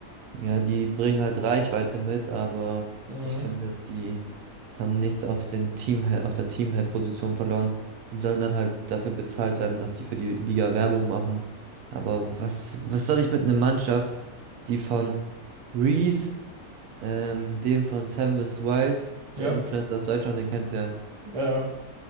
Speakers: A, on the right; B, on the right.
A: Ja, die bringen halt Reichweite mit, aber
B: Mhm.
A: ich finde, die haben nichts auf den Teamhead, auf der Teamhead-Position verloren. Die sollen dann halt dafür bezahlt werden, dass sie für die Liga Werbung machen. Aber was, was soll ich mit einer Mannschaft, die von Reese, ähm, dem von Seven vs. Wild,
B: Ja,
A: der Influencer aus Deutschland, den kennst du ja,
B: ja.